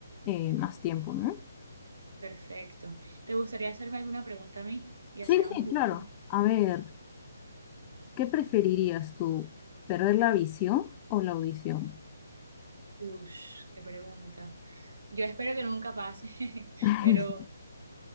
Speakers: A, on the left (about 20°); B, on the right (about 75°).
A: eh, más tiempo, ¿no?
B: Perfecto. ¿Te gustaría hacerme alguna pregunta a mí? Y
A: Sí,
B: así vamos
A: sí,
B: jugando.
A: claro. A ver, ¿qué preferirías tú? ¿Perder la visión o la audición?
B: Ush, qué pregunta. Yo espero que nunca pase, <laughs>
A: <laughs>
B: pero